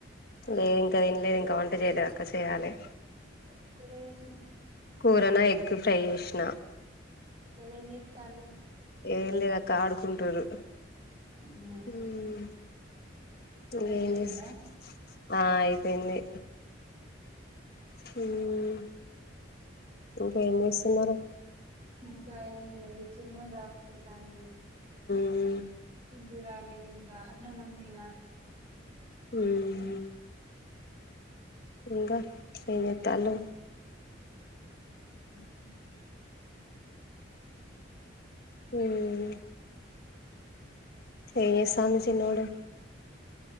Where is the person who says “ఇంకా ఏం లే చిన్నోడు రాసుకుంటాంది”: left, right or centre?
Right